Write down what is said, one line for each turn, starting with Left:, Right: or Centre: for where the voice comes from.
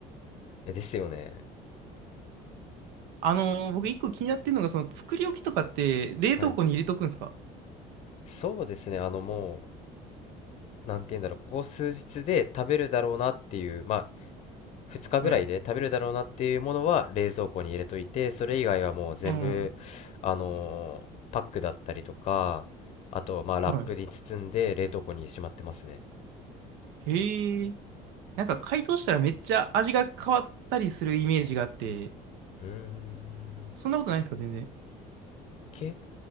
Left: えですよね。
Right: あのー僕一個気になってるのが、その作り置きとかって冷凍庫に入れとくんですか
Left: はい。そうですね。あのもうなんて言うんだろうここ数日で食べるだろうなっていうまあ2日ぐらいで食べるだろうなっていうものは冷蔵庫に入れといてそれ以外はもう全部あのーパックだったりとかあとまあラップに包んで冷凍庫にしまってますね
Right: はい。うん。はい。へえ。なんか解凍したらめっちゃ味が変わったりするイメージがあって、
Left: うーん
Right: そんなことないんですか全然。
Left: 結